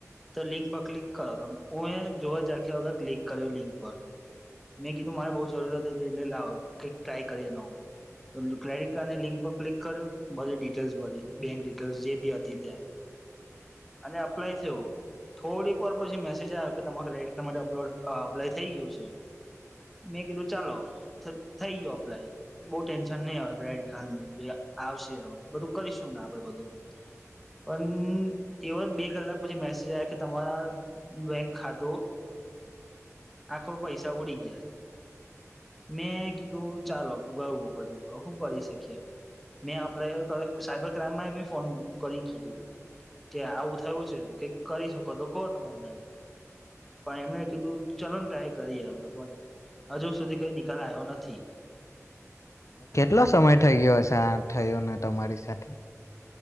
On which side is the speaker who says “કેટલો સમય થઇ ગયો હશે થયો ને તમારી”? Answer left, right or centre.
Left